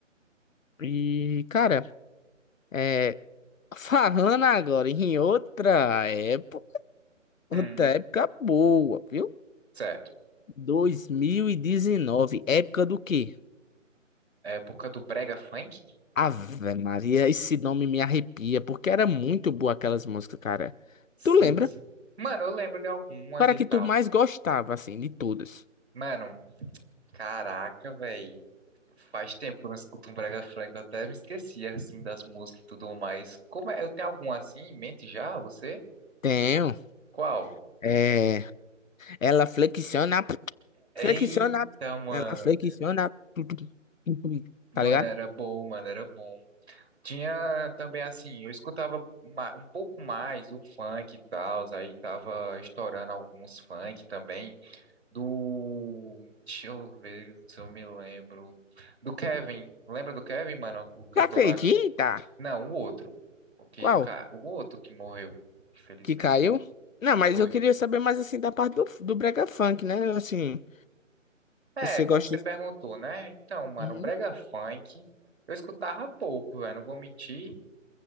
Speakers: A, on the left (about 80°); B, on the right (about 55°).
A: E, cara, é, falando agora em outra época, outra
B: Hum,
A: época boa, viu?
B: certo.
A: 2019, época do quê?
B: Época do brega funk?
A: Ave Maria, esse nome me arrepia, porque era muito boa aquelas músicas, cara.
B: Sim,
A: Tu lembra?
B: sim. Mano, eu lembro de algumas
A: Qual era
B: e
A: a que
B: tal.
A: tu mais gostava, assim, de todas?
B: Mano, caraca, velho. Faz tempo que eu não escuto um brega funk. Eu até me esqueci, assim, das músicas e tudo mais. Como é? Eu tenho algum assim em mente já, você?
A: Tenho.
B: Qual?
A: É, ela flexiona,
B: Eita,
A: flexiona,
B: mano.
A: ela flexiona, tu, tu, tu, tu,
B: Mano,
A: tá ligado?
B: era bom, mano, era bom. Tinha também, assim, eu escutava ma- um pouco mais o funk e tal. Aí tava estourando alguns funk também. Do. Deixa eu ver se eu me lembro. Do Kevin. Lembra do Kevin, mano? O cantor
A: Você acredita?
B: lá. que- Não, o outro. O que,
A: Qual?
B: cara, o outro que morreu, infelizmente,
A: Que caiu?
B: né?
A: Não, mas
B: Foi.
A: eu queria saber mais, assim, da parte do, do brega funk, né? Assim,
B: É,
A: você
B: como
A: gosta...
B: você perguntou, né? Então, mano,
A: Uhum.
B: brega funk, eu escutava pouco, velho, não vou mentir.